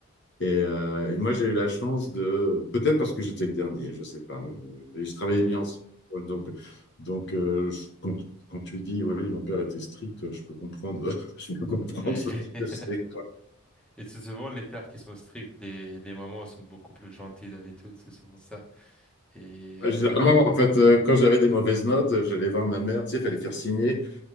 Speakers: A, on the left; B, in the centre.
A: Et, euh, et moi, j'ai eu la chance de, peut-être parce que j'étais le dernier, je sais pas. euh, Et je travaillais
B: mhm.
A: bien ensemble. Donc, donc euh, je- quand, quand tu dis, oui, mon père était strict, je peux comprendre, <laughs> je peux comprendre
B: Oui.
A: ce que
B: <laughs>
A: c'est.
B: Et c'est souvent les pères qui sont stricts, les, les mamans sont beaucoup plus gentilles d'habitude, c'est souvent ça. Et
A: Ouais,
B: euh,
A: Généralement, en fait, euh, quand j'avais des mauvaises notes, euh, j'allais voir ma mère, tu sais, il fallait faire signer.